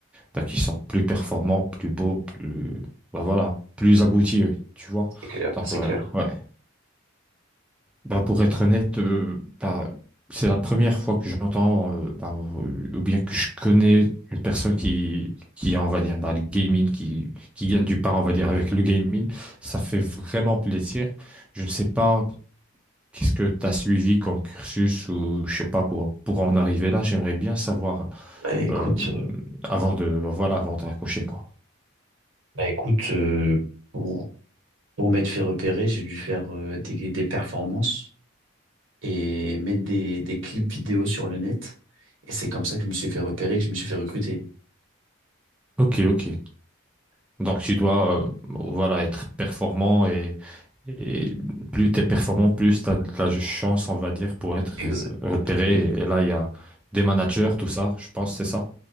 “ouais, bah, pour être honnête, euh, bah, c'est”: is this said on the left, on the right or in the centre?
Centre